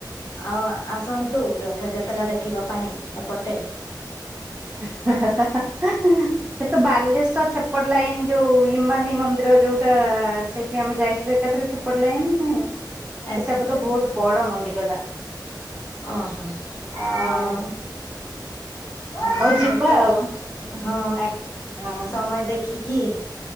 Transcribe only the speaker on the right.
<unintelligible> ସେ ତ ବାଲେଶ୍ଵର ସେପଟ ଲାଇନ ଯୋଉ ଇମାମି ମନ୍ଦିର ଯୋଉଟା ସେ ଠି ଆମେ ଯାଇଥିଲୁ ଏକାଥରେ ସେପଟ ଲାଇନ
ସେଟା ତ ବହୁତ ବଡ ମନ୍ଦିର ଟା।
ଆଉ
ହଉ ଯିବା
ଆଉ
ଆଜ୍ଞା ହଁ।